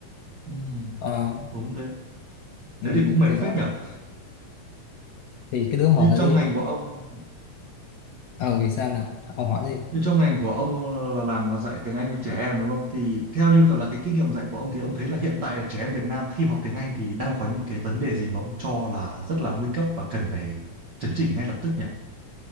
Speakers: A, on the right; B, on the left.
A: Ừ.
B: ờ
A: Đúng thế
B: ừ,
A: thế thì cũng mệt
B: thì đó
A: phết nhở
B: thì cái đứa một
A: như
B: là
A: trong
B: đứa
A: ngành của ông
B: ờ
A: ừ.
B: vì sao nào ông hỏi đi
A: Thế trong ngành của ông ờ, là làm là dạy tiếng Anh cho trẻ em đúng không? Thì theo như là cái kinh nghiệm dạy của ông thì ông thấy là hiện tại là trẻ em Việt Nam khi mà học tiếng Anh thì đang có những cái vấn đề gì mà ông cho là rất là nguy cấp và cần phải chấn chỉnh ngay lập tức nhỉ?